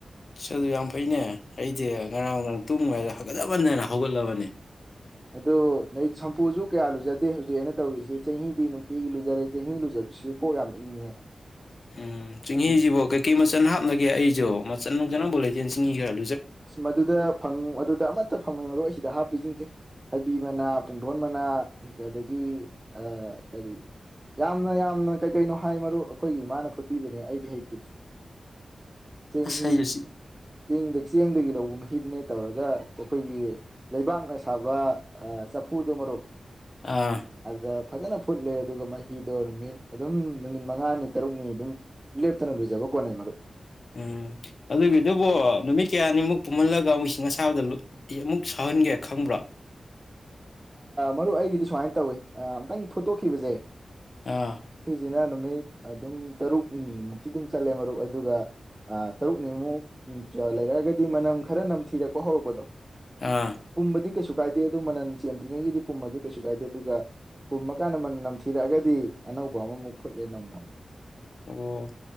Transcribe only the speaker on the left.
ꯑꯁ ꯑꯗꯨ ꯌꯥꯝ ꯐꯩꯅꯦ ꯑꯩꯗꯤ ꯉꯔꯥꯡꯥꯡ ꯇꯨꯝꯉꯥꯏꯗ ꯍꯥꯒꯠꯂꯕꯅꯤꯗꯅ ꯍꯧꯒꯠꯂꯕꯅꯤ
ꯎꯝ ꯆꯤꯡꯍꯤꯁꯤꯕꯣ
ꯀꯩꯀꯩ ꯃꯆꯜ ꯍꯥꯞꯅꯒꯦ ꯑꯩꯁꯨ ꯃꯆꯟ ꯅꯣꯦꯖꯦꯟꯁꯤꯅꯤ ꯀꯌꯥꯂ
ꯑꯁ ꯑꯩꯁꯨ
ꯑꯥ
ꯎꯝ ꯑꯗꯨꯒꯤꯗꯨꯕꯨꯣ ꯅꯨꯃꯤꯠ ꯀꯌꯥꯅꯤꯃꯨꯛ ꯄꯨꯝꯍꯜꯂꯒ ꯃꯣꯏꯁꯤꯡ ꯑꯁꯥꯕꯗ ꯑꯃꯨꯛ ꯁꯥꯎꯍꯟꯒꯦ ꯈꯪꯕ꯭ꯔꯥ
ꯑꯥ
ꯑꯥ
ꯑꯣ